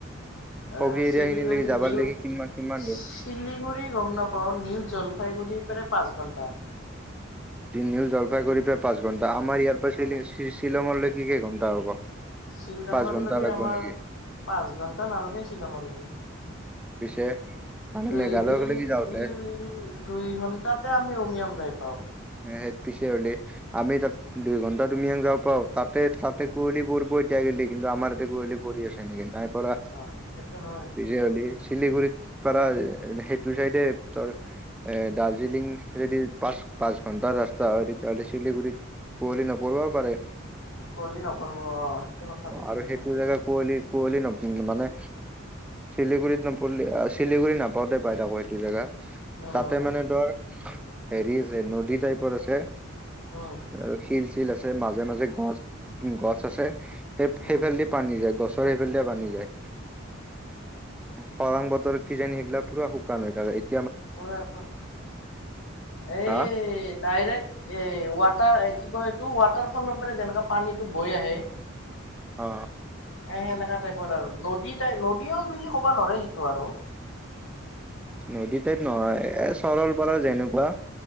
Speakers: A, in the centre; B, on the left (about 70°).
A: ফগি
B: এ
A: এৰিয়া
B: চিলিগুৰি
A: খিনিলৈকে যাবাৰ
B: নিউ
A: লৈকে কিমান কিমান
B: চিলিগুৰি
A: দূৰ?
B: গম নাপাও নিউ জলফাই গুৰি পৰা পাচ ঘণ্টা ঘণ্টা
A: নিও জলফাই গুৰি পৰা পাঁচ ঘণ্টা আমাৰ ইয়াৰ পৰা
B: অ
A: শ্বি শ্বিলঙৰ লৈকে কি কেইঘণ্টা হ'ব
B: শ্বিলঙৰ
A: পাঁচ ঘণ্টা
B: লৈকে
A: লাগব
B: আমাৰ
A: নেকি?
B: পাঁচ ঘন্টা নালগে শ্বিলঙৰ লৈকে
A: পিছে মানে
B: দুই
A: মেঘালয়লৈকে
B: দুই
A: যাওঁতে
B: দুই দুই ঘন্টাতে আমি নিয়ম যায় পাও
A: এ সেই পিছে হলে আমি তাত দুই ঘন্টা তুমিক যা পাও তাতে তাতে কুঁৱলী পৰিব এতিয়া গিলি কিন্তু আমাৰ তাতে কুঁৱলী পৰি আছে নেকি? পৰা
B: অ সেইটো হয়
A: বিজয়লি শিলিগুৰিত পৰা সেইটো চাইডে এ তোৰ দাৰ্জিলিং যদি পাচ পাঁচ ঘন্টা ৰাস্তা হয় তেতিয়াহ'লে শিলিগুৰিত কুঁৱলি নপৰিব পাৰে
B: আকলি নকৰব অ সেইটো কথা ঠিক
A: আৰু
B: কৈছা।
A: সেইটো জেগা কুৱলী কুঁৱলী ন মানে শিলিগুৰিত নপৰিলে শিলিগুৰিত নাপাওতে বাইদ আকৌ এইটো জেগা
B: উম
A: তাতে মানে ধৰ হেৰি আছে নদী টাইপৰ আছে
B: উম
A: অ ৰখী <unintelligible> শিল আছে মাজে মাজে গছ গছ আছে সেই
B: উম
A: সেইফালে দি পানী যায় গছ সেইফালে দি পানী যায় খৰাং বতৰ কিজানি সেইগিলা পুৰা শুকান হৈ থ
B: এখন এই
A: হা
B: ডাইৰেক্ট এই ৱাট তাৰ কি কয় এইটো ৱাটাৰ ফলৰ পৰা যেনেকা পানীটো বৈ আহে
A: অ‍ঁ
B: এ সেনেকা টাইপৰ আৰু নদী টাইপ নদী বুলিও কবা নোৱাৰে সেইটো আৰু
A: নদী টাইপ নহয় এ চৰল পাৰল যেনেকুৱা